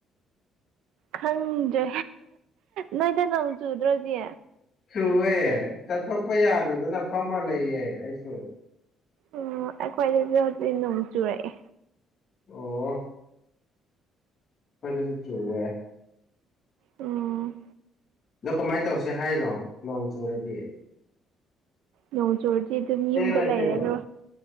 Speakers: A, on the right; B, on the left.
A: ꯈꯪꯗꯦ ꯅꯣꯏꯗ ꯅꯪ ꯁꯨꯗ꯭ꯔꯣꯖꯤ
B: ꯆꯨꯑꯦ ꯆꯠꯊꯣꯛꯄ ꯌꯥꯗꯗꯅ ꯐꯝꯃ ꯂꯩꯌꯦ ꯑꯩꯁꯨ
A: ꯎꯝ ꯑꯩꯈꯣꯏꯗꯁꯨ ꯍꯧꯖꯤꯛ ꯅꯣꯡ ꯆꯨꯔꯛꯑꯦ
B: ꯑꯣ ꯑꯈꯣꯏꯗꯁꯨ ꯆꯨꯋꯦ
A: ꯎꯝ
B: ꯑꯗꯣ ꯀꯃꯥꯏ ꯇꯧꯁꯦ ꯍꯥꯏꯅꯣ ꯅꯣꯡ ꯆꯨꯨꯔꯗꯤ
A: ꯅꯣꯡ ꯆꯨꯔꯗꯤ ꯑꯗꯨꯝ
B: ꯆꯦꯜꯂꯁꯤꯔꯣ
A: ꯌꯨꯝꯗ ꯂꯩꯔꯦꯒ꯭ꯔꯣ